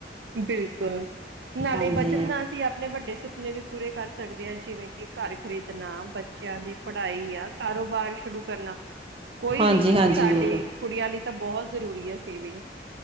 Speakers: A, on the right; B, on the right.
A: ਬਿਲਕੁਲ, ਨਾਲੇ
B: ਹਾਂਜੀ
A: ਬੱਚਤ ਨਾਲ ਅਸੀਂ ਅਪਨੇ ਵੱਡੇ ਸੁਪਨੇ ਵੀ ਪੂਰੇ ਕਰ ਸਕਦੇ ਆਂ, ਜਿਵੇਂ ਕਿ ਘਰ ਖਰੀਦਨਾ, ਬੱਚਿਆਂ ਦੀ ਪੜ੍ਹਾਈ ਆ, ਕਾਰੋਬਾਰ ਸ਼ੁਰੂ ਕਰਨਾ। ਕੋਈ
B: ਹਾਂਜੀ
A: ਵੀ,
B: ਹਾਂਜੀ
A: ਸਾਡੇ
B: ਬਿਲਕੁਲ
A: ਕੁੜੀਆਂ ਲਈ ਤਾਂ ਬੋਹਤ ਜ਼ਰੂਰੀ ਐ ਸੇਵਿੰਗ।